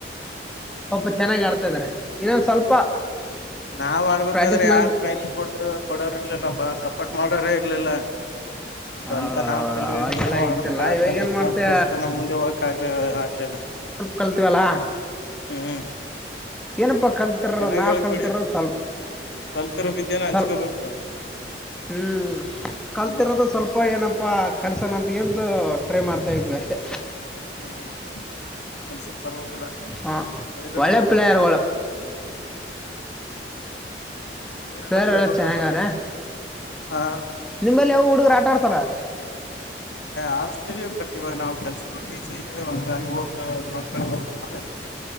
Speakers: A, in the centre; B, on the left (about 75°).
A: ಸ್ಪ ಚೆನ್ನಾಗಿ್ ಆಡ್ತಾ ಇದಾರೆ ಇನ್ನೊಂದ ಸ್ವಲ್ಪ
B: ನಾವ್ ಆಡ್ಬೇಕಾದ್ರೆ
A: ಪ್ರಾಕ್ಟೀಸ್
B: ಯಾರ್
A: ಮಾಡಿ
B: ಟ್ರೈನಿಂಗ್ ಕೊಡ್ ಕೊಡೋರ್ರ್ಲಿಲ್ಲಪ್ಪಾ ಸಪೋರ್ಟ್ ಮಾಡೋರೇ ಇರ್ಲಿಲ್ಲ ಸ್ವಂತ
A: ಆ,
B: ನಾವು ಕಲಿಬೇಕು
A: ಅವಾಗೆಲ್ಲ
B: ನಾವು ಆಡ್ಬೇಕು
A: ಇದ್ದಿಲ್ಲ
B: ಆತರ
A: ಇವಾಗ ಏನ್
B: ಇತ್ತು
A: ಮಾಡ್ತೆ
B: ಅದಕೋಸ್ಕರ ನಾ ಮುಂದೆ ಹೋಗಕಾಗ್ಲ ಆಗ್ಲಿಲ್ಲ
A: ಕಲ್ತೀವಲ್ಲಾ
B: ಹ್ಮ್
A: ಏನಪ್ಪಾ ಕಲ್ತಿರ
B: ಚೆನ್ನಾಗ್
A: ನಾವ್
B: ಹೇಳ್ಕೊಡಿ
A: ಕಲ್ತಿರ ಸ್ವಲ್ಪ
B: ಕಲ್ತಿರೋ ಬಿದ್ಯೆನ ಹಂಚ್ಕೋಬೇಕು
A: ಸ್ವಲ್ಪ ಹ್ಮ್ ಕಲ್ತಿರೋದು
B: ಹ್ಮ್
A: ಸ್ವಲ್ಪ ಏನಪ್ಪಾ ಕಲ್ಸನ ಅಂತ ಎಂತ ಟ್ರೈ ಮಾಡ್ತಾ ಇದ್ವಿ ಅಷ್ಟೇ
B: ಹ್ಮ್ ಹ್ಮ್ ಕೆಲ್ಸ ಪರವಾಗಿಲ್ಲ
A: ಹಾ
B: ಬೆಳಗಕ
A: ಒಳ್ಳೆ
B: ಹುಡುಗರಲ್ಲ
A: ಪ್ಲೇಯರ್ಗಳು
B: ಹುಡುಗರೆಲ್ಲ
A: ಪ್ಲೇಯರ್
B: ಬೆಳಬೇಕಪ್ಪಾ
A: ಎಲ್ಲ ಚೆನ್ನಾಗವ್ರೆ
B: ಹಾ
A: ನಿಮ್ಮಲ್ಲಿ ಯಾವ ಹುಡುಗ ಆಟ ಆಡ್ತಲ್ಲ
B: ಹ ಆಡಸ್ತೀವಿ ಬಟ್ ಇವಾಗ ನಾವ್ ಕೆಲ್ಸ ಮೇಲ್ ಬಿಸಿಿ ಹಂಗಾಗಿ ಹೋಗ ಗ್ರೌಂಡ್ ಕಡೆ ಹೋಗ್ಬೇಕ